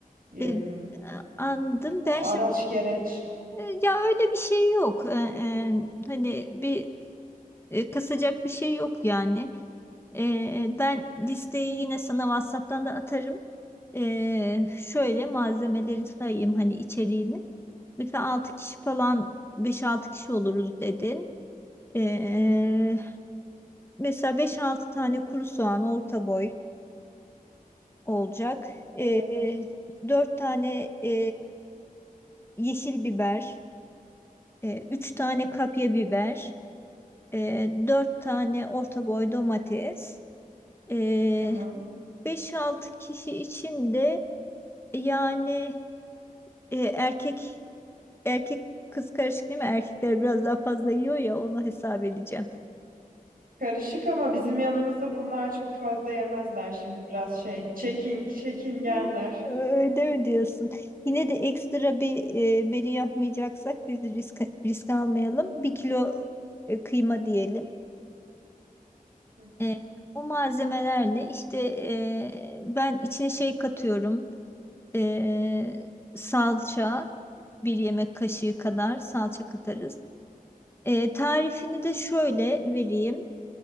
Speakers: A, on the right; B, on the left.
A: Em,
B: E, anladım
A: araç
B: ben şimdi
A: gereç.
B: e, ya öyle bir şey yok E, e, hani bir e, kasacak bir şey yok yani Ee, ben listeyi yine sana WhatsApp'tan da atarım. Ee, şöyle malzemeleri sayayım hani içeriğini. Mesela 6 kişi falan beş altı kişi oluruz dedin. Ee, mesela beş altı tane kuru soğan orta boy olacak. Ee,
A: Evet.
B: 4 tane e, yeşil biber, e, 3 tane kapya biber, e, 4 tane orta boy domates. Ee,
A: Tamam.
B: 5-6 kişi için de yani e, erkek erkek kız karışık değil mi? Erkekler biraz daha fazla yiyor ya onu hesap edeceğim.
A: Karışık ama bizim yanımızda bunlar çok fazla yemezler şimdi biraz şey. Çekin, çekingenler.
B: Hı, Öyle mi diyorsun? Yine de ekstra bir e, menü yapmayacaksak biz risk risk almayalım. Bir kilo e, kıyma diyelim.
A: Hı hı.
B: E, bu malzemelerle işte e, ben içine şey katıyorum. E, salça bir yemek kaşığı kadar salça katarız. E, tarifini de şöyle vereyim.